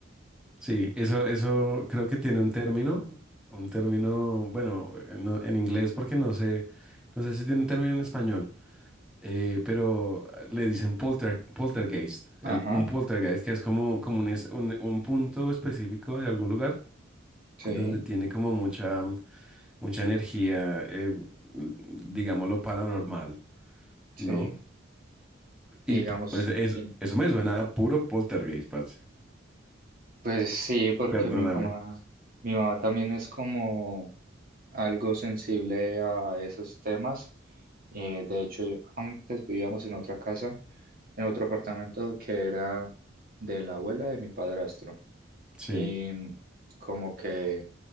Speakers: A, in the centre; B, on the right.
A: sí. Eso, eso creo que tiene un término. Un término, bueno, eh, no- en inglés porque no sé, no sé si tiene un término en español. eh, pero le dicen polter- poltergeist. El,
B: Ajá,
A: un poltergeist que es como, como un, es- un un punto específico de algún lugar
B: sí,
A: donde tiene como mucha. mucha energía, eh, digámoslo, paranormal,
B: sí.
A: ¿no?
B: Y
A: Y
B: digamos,
A: pues es-
B: Sí.
A: eso me suena a puro poltergeist, parce.
B: pues sí, porque
A: Perdóname.
B: mi mamá, mi mamá también es como algo sensible a esos temas. Eh, de hecho, yo- antes vivíamos en otra casa, en otro apartamento que era de la abuela de mi padrastro.
A: Sí,
B: Y como que